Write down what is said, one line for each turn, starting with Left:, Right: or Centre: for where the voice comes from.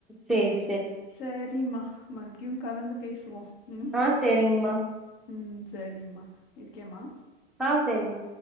Centre: சேரி
Left: சரிம்மா மறுபடியு கலந்து பேசுவோ ம்
Centre: ஆ செரிங்கமா
Left: ம் சரிம்மா இருக்கேமா
Centre: ஆ சரிங்